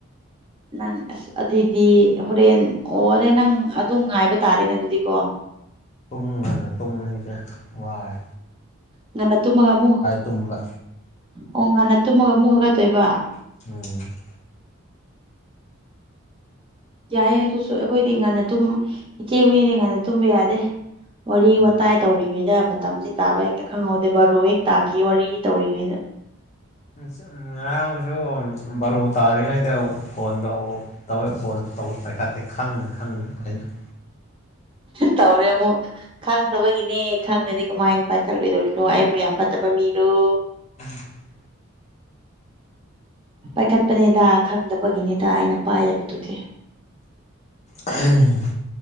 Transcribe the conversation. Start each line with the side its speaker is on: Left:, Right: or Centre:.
Right: ꯅꯪ ꯑꯁ ꯑꯗꯨꯏꯗꯤ ꯍꯣꯔꯦꯟ ꯑꯣꯔꯦ ꯅꯪ ꯑꯗꯨ ꯉꯥꯏꯕ ꯇꯥꯔꯦꯅꯦ ꯑꯗꯨꯗꯤꯀꯣ
Left: ꯇꯨꯝꯔꯒꯅ ꯇꯨꯝꯃꯅꯤꯁꯦ ꯋꯥꯏ
Right: ꯉꯟꯅ ꯇꯨꯝꯃꯒ ꯑꯃꯨꯛ
Left: ꯇꯨꯝꯕ
Right: ꯑꯣ ꯉꯟꯅ ꯇꯨꯝꯃꯒ ꯑꯃꯨꯛ ꯍꯥꯒꯠꯇꯣꯏꯕ
Left: ꯑꯣ
Right: ꯌꯥꯏꯌꯦ ꯑꯗꯨꯁꯨ ꯑꯩꯈꯣꯏꯗꯤ ꯉꯟꯅꯨꯝ ꯏꯆꯦ ꯍꯨꯏꯅꯤꯗꯤ ꯉꯟꯅ ꯇꯨꯝꯕ ꯌꯥꯗꯦ ꯋꯥꯔꯤ
Left: ꯎꯝ
Right: ꯋꯥꯇꯥꯏ ꯇꯧꯔꯤꯉꯩꯗ ꯃꯇꯝꯁꯦ ꯇꯥꯕ ꯍꯦꯛꯇ ꯈꯪꯍꯧꯗꯦ ꯕꯥꯔꯣ ꯍꯦꯛ ꯇꯥꯈꯤ ꯋꯥꯔꯤ ꯇꯧꯔꯤꯉꯩꯗ
Left: <unintelligible> ꯉꯔꯥꯡꯁꯨ ꯕꯥꯔꯣ ꯇꯥꯔꯤꯉꯩꯗ ꯐꯣꯟꯗꯧ ꯇꯧꯋꯦ ꯐꯣꯟ ꯇꯧ ꯄꯥꯏꯈꯥꯠꯇꯦ ꯈꯪꯅ ꯈꯪꯅ <unintelligible>
Right: ꯇꯧꯔꯦ ꯑꯃꯨꯛ ꯈꯪꯗꯕꯒꯤꯅꯦ ꯈꯪꯉꯗꯤ ꯀꯃꯥꯏꯟ ꯄꯥꯏꯈꯠꯂꯣꯏꯗꯧꯔꯤꯅꯣ ꯑꯩꯕꯨ ꯌꯥꯝ ꯐꯠꯇꯕ ꯃꯤꯔꯣ
Left: <unintelligible>
Right: ꯄꯥꯏꯈꯠꯄꯅꯦꯗ ꯈꯪꯗꯕꯒꯤꯅꯤꯗ ꯑꯩꯅ ꯄꯥꯏꯗꯕꯗꯨꯗꯤ
Left: ꯍꯩ